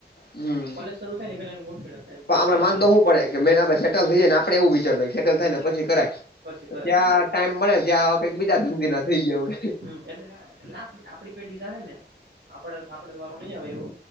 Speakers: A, on the left; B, on the right.
A: હમ
B: કોલેજ શરૂ થાય ને પેલા એનું ગોઠવી નખાય એમ
A: પણ આપડે
B: કોલેજ
A: વાંધો
B: શરૂ
A: હું પડે કે મેન આપે સેટલ થઈ જાય ને આપડ એવું વિચારતા સેટલ થાય ને પછી કરાય
B: પછી કરાય
A: ત્યાં
B: હા
A: ટાઈમ મળે ત્યાં કઈક બીજા ધંધી ના થઈ ગયા હોય.
B: હમ્મ એટલે હા એટલે આપડી આપડી પેઢી જાય ને આપડે આપડે વારો નઈ આવે એવો